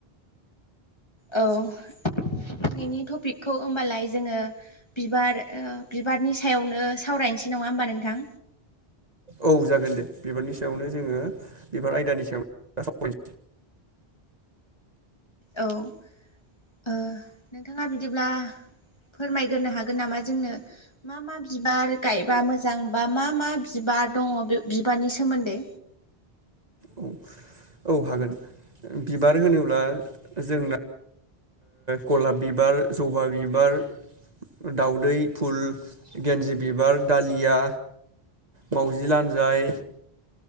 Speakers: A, on the left; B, on the right.
A: औ दिनैनि टपिकखौ होमबालाय जोङो बिबार बिबारनि सायावनो सावरायनोसै नङा होमबा नोंथां
B: औ जागोन दे बिबारनि सायावनो जोङो बिबार आयदानि सायावनो
A: औ नोंथाङा बिदिब्ला फोरमायग्रोनो हागोन नामा जोंनो मा मा बिबार गायबा मोजां बा मा मा बिबार दङ बिबारनि सोमोन्दै
B: औ औ हागोन बिबार होनोब्ला जोंना गलाप बिबार जबा बिबार दाउदै फुल गेन्जि बिबार दालिया मावजि लान्जाय